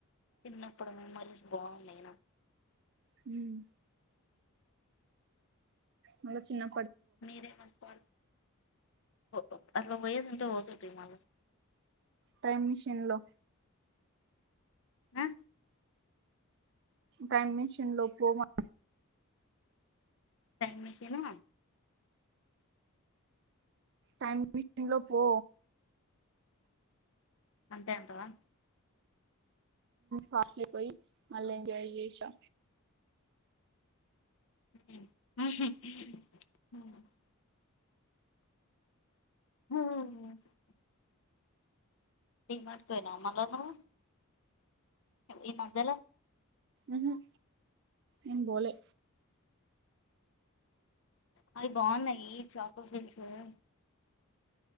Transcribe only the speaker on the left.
చిన్నప్పుడమే మెమో బావుండు ఐనా
మీరేనా స్క్వాడ్ ఓ ఒ అట్ల పోయేది అంత ఒ జె టి నా
ఆ
టైమ్ మిషన్ ను
అంతే అంతవా
ఉహ్మ్ హ్మ్ డీమార్టు పొయినవ మల్లా నువ్వు ఈ మద్దల
అవి బాగున్నాయి చాకో ఫిల్స్ ఉహ్మ్